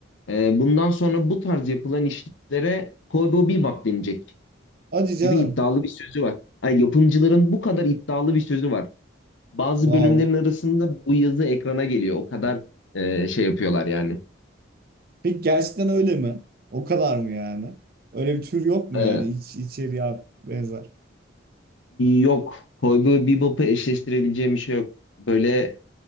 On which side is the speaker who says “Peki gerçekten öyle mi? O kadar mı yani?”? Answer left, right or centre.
Right